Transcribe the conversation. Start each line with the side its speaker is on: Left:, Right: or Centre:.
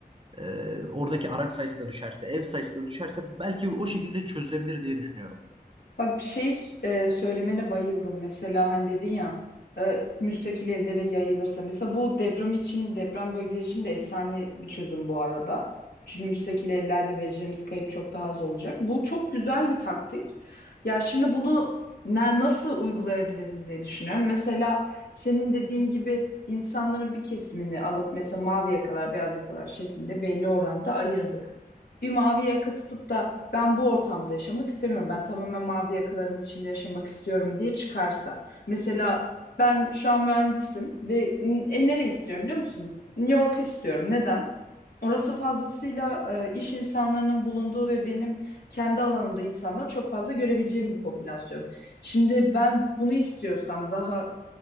Right: e, oradaki araç sayısı da düşerse ev sayısı da düşerse belki o şekilde çözülebilir diye düşünüyorum.
Left: Bak bir şey e, söylemene bayıldım. Mesela hani dedin ya e, müstakil evlere yayılırsa. Mesela bu deprem için, deprem bölgeleri için de efsane bir çözüm bu arada. Çünkü müstakil evlerde vereceğimiz kayıp çok daha az olacak. Bu çok güzel bir taktik. Ya şimdi bunu ne, nasıl uygulayabiliriz diye düşünüyorum. Mesela senin dediğin gibi insanların bir kesimini alıp mesela mavi yakalar, beyaz yakalar şeklinde belli oranda ayırdık. Bir mavi yaka tutup da ben bu ortamda yaşamak istemiyorum. Ben tamamen mavi yakaların içinde yaşamak istiyorum diye çıkarsa. Mesela ben şu an mühendisim ve n- e, nereye istiyorum biliyor musun? New York istiyorum. Neden? Orası fazlasıyla e, iş insanlarının bulunduğu ve benim kendi alanımda insanlar çok fazla görebileceğim bir popülasyon. Şimdi ben bunu istiyorsam daha